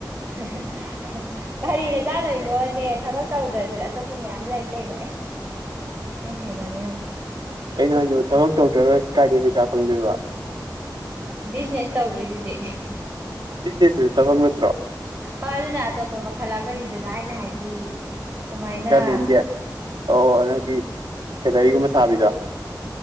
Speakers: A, on the right; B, on the right.
A: ꯍ <inaudible> ꯀꯔꯤꯅ ꯆꯥꯗꯣꯏꯅꯣꯅꯦ ꯊꯕꯛ ꯇꯧꯗ꯭ꯔꯁꯦ ꯑꯇꯣꯞꯄ ꯃꯌꯥꯝ ꯂꯩ ꯀꯩꯅꯣ ꯑꯦ ꯑꯦ ꯀꯩꯅꯣꯅꯦ ꯅꯪꯕꫭ
B: ꯀꯩꯅꫭ ꯍꯥꯏꯖꯤꯕ ꯊꯕꯛ ꯇꯧꯗ꯭ꯔꯒ ꯀꯥꯏꯗꯩ ꯄꯩꯁꯥ ꯐꯪꯗꯣꯏꯕ
A: ꯕꯤꯖꯤꯅꯦꯁ ꯇꯧꯗꯣꯏꯖꯤꯗꯤ
B: ꯕꯤꯖꯤꯅꯦꯁ ꯇꯨꯗꯤ ꯊꯕꯛ ꯅꯠꯇ꯭ꯔꯣ
A: ꯍꯣꯏ ꯑꯗꯨꯅ ꯑꯇꯣꯞꯄ ꯃꯈꯜ ꯑꯃꯅꯤꯗꯅ ꯑꯩꯅ ꯍꯥꯏꯗꯤ ꯁꯨꯃꯥꯏꯅ
B: ꯀꯌꯥꯥ ꯃꯦꯟꯒꯦ ꯑꯣ ꯑꯗꯨꯗꯤ ꯁꯦꯂꯔꯤꯒꯨꯝꯕ ꯁꯥꯕꯤꯗꯣ